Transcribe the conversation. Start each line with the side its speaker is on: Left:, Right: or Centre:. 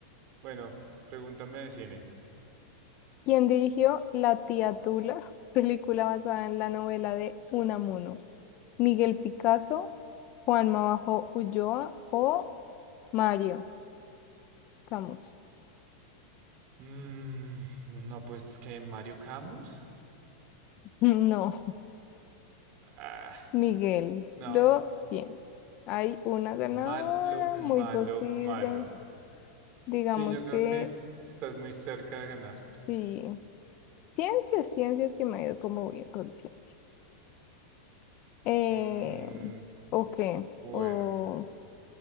Right: Bueno, pregúntame de cine.
Left: ¿quién dirigió La tía Tula? <laughs> Película basada en la novela de Unamuno. ¿Miguel Picasso, Juanma Bajo Ulloa o Mario Camus?
Right: Mm, no, pues que Mario Camus.
Left: <laughs> No,
Right: Ah,
Left: Miguel,
Right: no,
Left: lo siento. Hay una ganadora,
Right: malo,
Left: muy
Right: malo,
Left: posible.
Right: malo.
Left: Digamos
Right: Sí, yo creo
Left: que
Right: que estás muy cerca de ganar.
Left: sí. Ciencias, ciencias que me ha ido como bien con ciencias. Eh,
Right: Mm,
Left: ¿o qué?
Right: bueno,
Left: O,